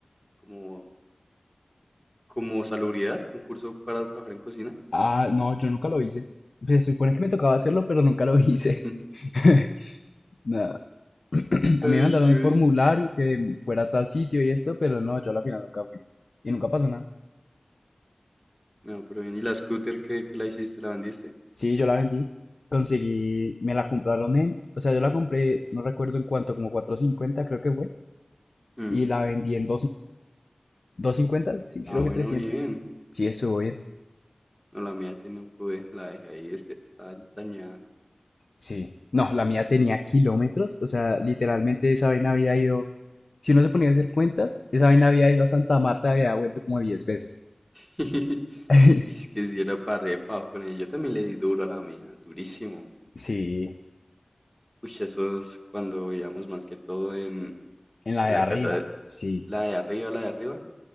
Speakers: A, in the centre; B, on the left (about 75°).
A: Como. Como salubridad. Un curso para trabajar en cocina.
B: Ah, no, yo nunca lo hice. Pues Se supone que me tocaba hacerlo, pero nunca lo hice.
A: <laughs>
B: <laughs> Nada. <clears throat>
A: Ay,
B: A mí me mandaron
A: Dios.
B: el formulario y que fuera a tal sitio y esto, pero no, yo a la final nunca fui. Y nunca pasó nada.
A: No, pero bien. ¿Y la scooter que la hiciste? ¿La vendiste?
B: Sí, yo la vendí. Conseguí, me la compraron en, o sea, yo la compré, no recuerdo en cuánto, como cuatrocientos cincuenta creo que fue.
A: Mm.
B: Y la vendí en 2.50. cincuenta Sí,
A: Ah,
B: creo
A: bueno,
B: que trescientos
A: bien.
B: Sí, estuvo bien.
A: No, la mía sí no pude. La dejé ahí. Es que estaba dañada.
B: Sí. No, la mía tenía kilómetros. O sea, literalmente esa vaina había ido, si uno se ponía a hacer cuentas, esa vaina había ido a Santa Marta, había vuelto como diez veces.
A: <laughs>
B: <laughs>
A: Es que si era para re pajo con ella. Yo también le di duro a la mía. Durísimo.
B: Sí,
A: Uy, eso es cuando vivíamos más que todo en,
B: en la
A: en
B: de
A: la
B: arriba.
A: casa. de-
B: Sí,
A: la de arriba, la de arriba.